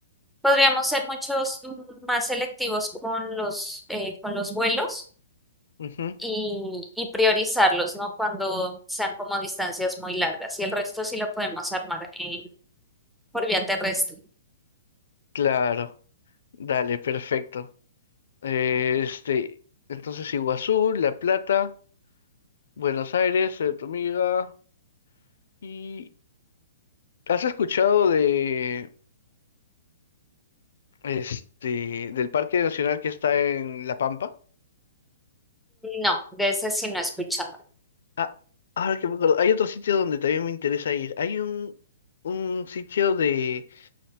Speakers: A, in the centre; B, on the left (about 70°).
A: podríamos ser muchos mm, más selectivos con los, eh, con los vuelos
B: Ujú,
A: y, y priorizarlos, ¿no? Cuando sean como distancias muy largas. Y el resto sí lo podemos armar eh, por vía terrestre.
B: claro, dale, perfecto. Eh, este, entonces Iguazú, La Plata, Buenos Aires, eh, tu amiga. ¿Y has escuchado de este del Parque Nacional que está en La Pampa?
A: No, de ese sí no he escuchado.
B: Ah, ahora que me acuerdo, hay otro sitio donde también me interesa ir. Hay un, un sitio de,